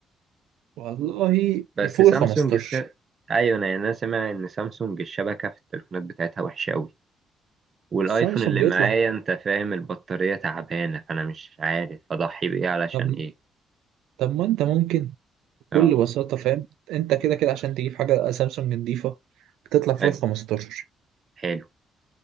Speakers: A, on the right; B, on the right.
A: والله
B: بس
A: فوق
B: سامسونج
A: ال 15
B: الس... ايوه انا انا سامع ان سامسونج الشبكه في التليفونات بتاعتها وحشه قوي والايفون
A: سامسونج
B: اللي
A: يطلع
B: معايا انت فاهم البطاريه تعبانه فانا مش عارف اضحي بايه علشان
A: طب
B: ايه
A: طب ما انت ممكن بكل
B: اه
A: بساطة فاهم انت كده كده عشان تجيب حاجة سامسونج نضيفة بتطلع فوق
B: حلو
A: ال 15
B: حلو